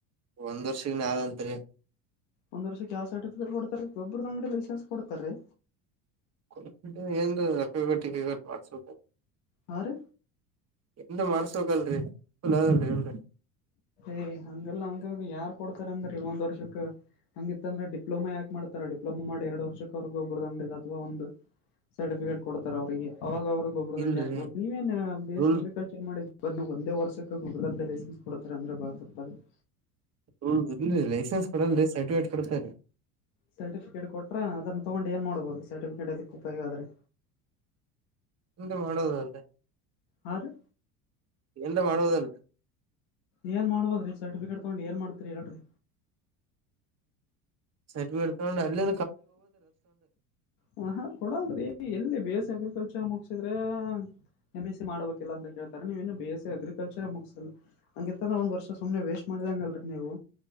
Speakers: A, on the right; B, on the left.
A: ಒಂದ್ ವರ್ಷಗ್ ನಾದಂತ್ರಿ
B: ಒಂದ್ ವರ್ಷ ಕ ಸರ್ಟಿಫಿಕೇಟ್ ಕೊಡ್ತಾರೆ ಒಬ್ಬ್ರ ಅಂಗಡಲ್ಲಿ ಕೇನ್ಸ್ ಕೊಡ್ತಾರೀ
A: ಕೊ ಏನ್ ರಗಟ್ಟಿ ಕೈಗಟ್ಟ ಮಾಡ್ಸ
B: ಹಾ ರೀ
A: ಎಂದ ಮಾಡ್ಸ್ಬೇಕಲ್ರಿ ಫಲ್ ಅದಲ್ರಿ ಎನ್
B: ಏಯ್ ಹಂಗೆಲ್ಲ ಹಂಗ ಯಾರ್ ಕೊಡ್ತಾರ ಅಂದ್ರಿ ಒಂದ್ ವರ್ಷಕ್ಕ ಹಂಗಿತ್ತಂದ್ರೆ ಡಿಪ್ಲೋಮಾ ಯಾಕೆ ಮಾಡ್ತಾರೆ ಡಿಪ್ಲೋಮಾ ಮಾಡಿ ಎರಡ್ ವರ್ಷಕ್ವಗ ಒಬ್ಬ್ರದ ಅಂಗ ಅಥವಾ ಒಂದು ಸರ್ಟಿಫಿಕೇಟ್ ಕೊಡ್ತಾರೆ ಅವ್ರಿಗೆ ಅವಾಗ ಅವ ಗೊಬ್ಬ ದಂಡೆ
A: ಇಲ್ರಿ
B: ಹಾಕ್ಬಹುದು ನೀವೇಏನ್ ಬೇಸ್
A: ರೂಲ್
B: ಅ್ರಿಕಲ್ಚರ್ ಮಾಡಿ ಬಂದು ಒಂದೇ ವರ್ಷಕ್ಕೆ ಗೊಬರ ದಂಡಿ ಲೈಸೆನ್ಸ್ ಕೊಡ್ತಾರೆ ಅಂದರೆ ಭಾಳ ತಪ್ಪಆಗತ್
A: ಹ್ಮ ಇರಿ ಲೈಸೆನ್ಸ್ ಕೊಡಲ್ರಿ ಸರ್ಟಿಫಿಕೇಟ್ ಕೊಡ್ತರಿ
B: ಸರ್ಟಿಫಿಕೇಟ್ ಕೊಟ್ರ ಅದನ್ನ ತಗೊಂಡು ಏನ್ ಮಾಡ್ಬೋದು ಸರ್ಟಿಫಿಕೇಟ್ ಅದಕ್ಕೆ ಉಪಯೋಗ ಆದ್ರೆ
A: <inaudible> ಎ ಮಾಡುದಲ್
B: ಹಾ ರೀ
A: ಎಂತ ಮಾಡೋದಲ್
B: ಏನ್ ಮಾಡ್ಬೋದ್ರಿ ಸರ್ಟಿಫಿಕೇಟ್ ತಗೊಂಡು ಏನ್ ಮಾಡ್ತರಿ ಹೇಳ್ರಿ
A: ಸಟರ್ಫೀಡ್ತೊಂಡ ಅಲ್ಲೆ
B: ಹ ಹಾ ಕೊಡಲ್ರಿ ಎಲ್ಲಿ ಬೇಸ್ ಅಗ್ರಿಕಲ್ರ್ ಹುಚ ಮುಗಸಿದ್ರೆ ಎಂ ಎಸ್ ಸಿ ಮಾಡ್ಬೇಕಿಲ್ಲ ಅಂತ ಕೇಳ್ತ ನೀವೇ ಬಿ ಎಸ್ ಎ ಅ್ರಿಕಲ್ಚರ್ ಮುಗಸಿಲ್ಲ ಹಂಗಿಂತಂದ್ರ ಒಂದ್ರ್ ಸು್ನೆ ವೇಸ್ಟ್ ಮಾಡಿ ದಂಗಲ್ರಿ ನೀವು